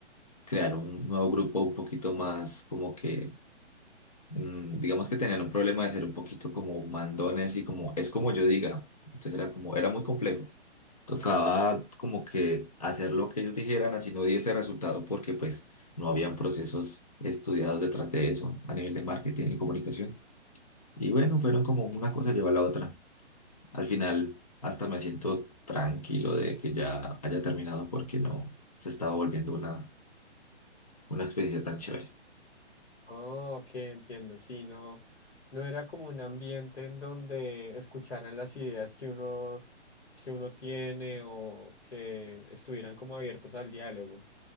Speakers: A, on the left; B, on the left.
A: crear un nuevo grupo un poquito más como que, mm, digamos que tenían un problema de ser un poquito como mandones y como es como yo diga. Entonces era como, era muy complejo. Tocaba como que hacer lo que ellos dijeran, así no diese resultado, porque pues no habían procesos estudiados detrás de eso a nivel de marketing y comunicación. Y bueno, fueron como una cosa lleva a la otra. Al final, hasta me siento tranquilo de que ya haya terminado porque no se estaba volviendo una, una experiencia tan chévere.
B: Oh, ok, entiendo, sí, no, no era como un ambiente en donde escucharan las ideas que uno, que uno tiene o que estuvieran como abiertos al diálogo.